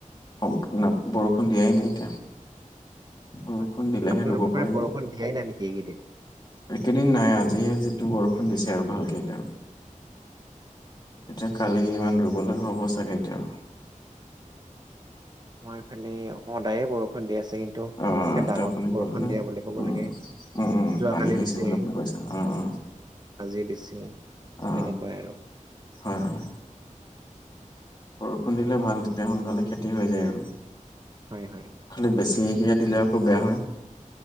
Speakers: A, on the left (about 30°); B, on the right (about 30°).
A: সম্পূৰ্ণ বৰষুণ দিয়াই নাই এতিয়া। বৰষুণ
B: হয়।
A: দিলেহে
B: আপোনালোকৰ
A: ৰুব
B: মানে
A: পাৰিব।
B: বৰষুণ দিয়াই নাই নেকি এইকেইদিন
A: একেদিন নাই আজিহে যিটো বৰষুণ দিছে, আৰু ভালকে এতা। এতিয়া কালি ইমান দূৰ্বলে হ'ব চাগে এতিয়া।
B: মই এইফালে সদায়ে বৰষুণ দি আছে। কি- ন্তু
A: অ এতিয়া
B: ডাঙৰ
A: আপুনি
B: বৰষুণ
A: ক'লে নহয়
B: দিয়া বুলি কব
A: উম
B: লাগে,
A: উম উম
B: যোৱাকালি
A: পানী হৈছে
B: দিছে।
A: বুলি আপুনি কৈছে অ অ
B: আাজি দিছে
A: অ
B: তেনেকুৱাই আৰু।
A: হয় হয়। বৰষুণ দিলে ভাল তেতিয়া সোনকালে খেতি হৈ যায় আৰু।
B: হয় হয়।
A: খালি বেছিহিকে দিলে আকৌ বেয়া হয়।